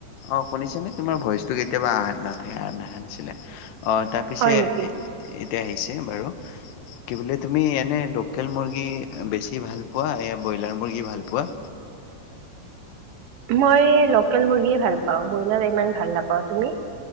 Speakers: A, on the left; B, on the right.
A: অ শুনিছানে তোমাৰ ভইচটো কেতিয়াবা নাথে আহা নাছিলে অ তাৰ পিছে
B: হয় নেকি?
A: এতিয়া আহিছে বাৰু কি বোলে তুমি এনে লোকেল মুৰ্গী বেছি ভাল পোৱা এ ব্ৰয়লাৰ মুৰ্গী ভাল পোৱা
B: মই লোকেল মুৰ্গী ভাল পাওঁ ব্ৰইলাৰ ইমান ভাল নাপাওঁ তুমি